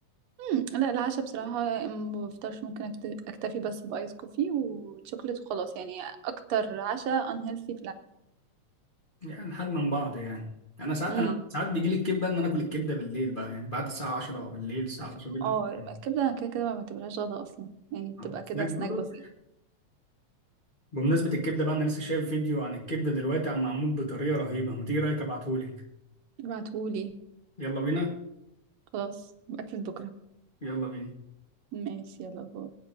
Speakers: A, on the right (about 70°); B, on the left (about 85°).
A: مم، لا العشاء بصراحه ما بفطرش ممكن أكت- اكتفي بس بايس كوفي وشوكليت وخلاص يعني اكتر عشاء unhealthy في
B: يعني حاجة من بعض يعني انا ساعات
A: العالم
B: انا ساعات بيجي لي الكبده ان انا اكل الكبده بالليل بقى يعني بعد الساعه 10 بالليل الساعه
A: عارفة-
B: 10 بالليل
A: اه
B: اكل
A: الكبدة
B: كبدة.
A: انا كده كده ما بعتبرهاش غدا اصلا يعني بتبقى
B: آه.
A: كده
B: هناك
A: سناك
B: برضه
A: بسيط
B: بمناسبه الكبده بقى انا لسه شايف فيديو عن الكبده دلوقتي عم معمول بطريقه رهيبه ما تيجي رايك ابعتهولك
A: ابعتهولي
B: يلا بينا
A: خلاص اكلة بكرة
B: يلا بينا
A: ماشي يلا باي